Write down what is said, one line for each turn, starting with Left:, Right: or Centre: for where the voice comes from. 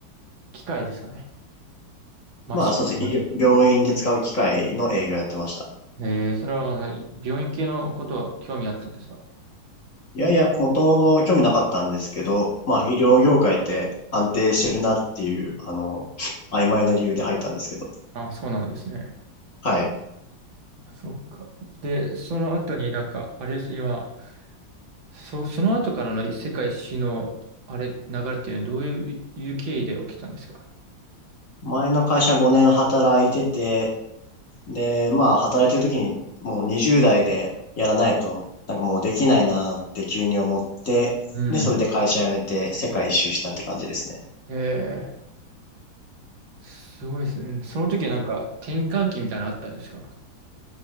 Right: 機械ですかね。マシン。
Left: まあ、そうですね。
Right: あれ
Left: 医療病院で使う機械の営業やってました。
Right: ええー、それはまた病院系のことは興味あったんですか
Left: いやいや、もともと興味なかったんですけど、まあ、
Right: うん
Left: 医療業界って安定してるなっていう、あの、曖昧な理由で入ったんですけど。
Right: あ、そうなんですね。
Left: はい。
Right: そっか。で、その後になんか、あれです、今、そ、その後からの世界史の、あれ、流れっていうのはどういう経緯で起きたんですか
Left: 前の会社5年働いてて、で、まあ、働いてる時にもう20代でやらないと、なんかもうできないなって急に思って、
Right: うん。
Left: で、それで会社辞めて世界一周したって感じですね。
Right: ええすごいですね。その時はなんか、転換期みたいなのあったんですか